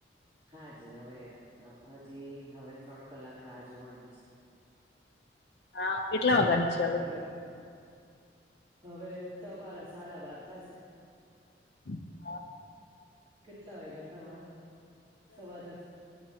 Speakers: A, on the right (about 30°); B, on the left (about 70°).
A: હાજી હવે એર <unintelligible> હજી હવે ત્રણ કલાક રાહ જોવાની છે.
B: હા કેટલા
A: હમ્મ
B: વાગ્યાની છે હવે
A: એટલે હવે તમારા સાડા બાર થાશે.
B: <unintelligible>
A: કેટલા વાગ્યા તમાંરા સવા દસ